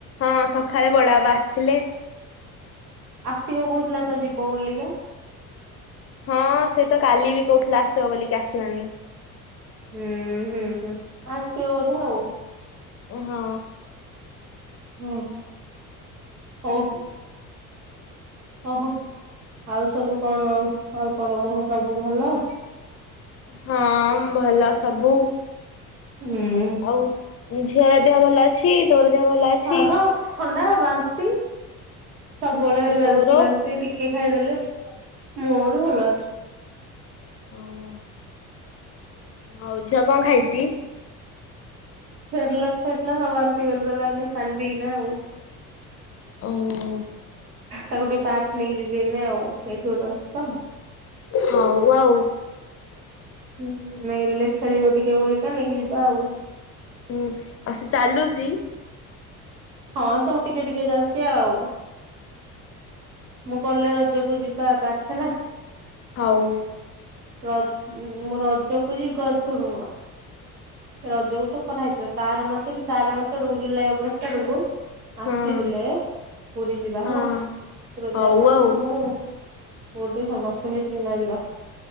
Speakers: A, on the left; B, on the right.
A: ହଁ ସକାଳେ ବଡାବା ଆସିଥିଲେ।
B: ଆସିବ କୋଉଥିଲା ତ ଯିବ ବୋଲିକା।
A: ହଁ ସେ ତ କାଲି ବି କହୁଥିଲେ ଆସିବ ବୋଲିକି ଆସିଲାନି।
B: ହୁଁ ହୁଁ ହୁଁ ଆସିବ ବୋଧେ ଆଉ।
A: ହଁ।
B: ହୁଁ ହଉ। ଓହୋ ଆଉ ସବୁ କଣ ଆଉ ଆଉ କଣ କହ ସବୁ ଭଲ।
A: ହଁ ଭଲ ସବୁ।
B: ହୁଁ
A: ଆଉ ଝିଅର ଦେହ ଭଲ ଅଛି। ତୋର ଯା ଭଲ ଅଛି।
B: ତାର ଥଣ୍ଡା ବାନ୍ତି। ସବୁବେଳେ ହେଲେ ବାନ୍ତି
A: ତୋର
B: ବାନ୍ତି ଟିକେ ଖାଇଦେଲେ ମୋର ଭଲ ଅଛି।
A: ଓ ହୋ। ଆଉ ଝିଅ କଣ ଖାଇଛି।
B: ସେରେଲାକ୍ ଖାଇଥିଲା ସବୁ ବାନ୍ତି କରିଦେଲା ଏଇନା ପାଣି ପିି କି ନା ଆଉ।
A: ଓ ।
B: ତାକୁ ଟିକେ ପାର୍କ ନେଇକି ଯିବି ଏଇନେ ଆଉ ଏଇଠି ଗୋଟେ ଅଛି ତ।
A: ହଉ ଆଉ।
B: ହୁଁ ନେଲେ ଖେଳିବ ଟିକେ ବଲିକା ନେଇକି ଯିବା ଆଉ।
A: ହୁଁ ଆଉ ସେ ଚାଲୁଛି।
B: ହଁ ଧର ଟିକେ ଟିକେ ଚାଲିଛି ଆଉ ମୁଁ ଗଲେ ରଜକୁ ଯିବା। ପାରର୍ଛଲା <unintelligible>
A: ହଉ ।
B: ର ମୁଁ ରଜକୁ ଯ ଶୁଣ ରଜକୁ ତ ଖରା ହେଇଥିବ ତାର ମାସ କି ତାର ମାସ ଆଡକୁ ଜୁଲାଇ ଅଗଷ୍ଟ ଆଡକୁ ଆସିଲେ
A: ହଁ
B: ପୁରୀ ଯିବା
A: ହଁ
B: ହେଲା ରୋଜା
A: ହଉ
B: ଅପା
A: ଆଉ
B: ତୁ ମୁଁ। ଗୁଡ଼ି ସମସ୍ତେ ମିସିକିନା ଯିବା।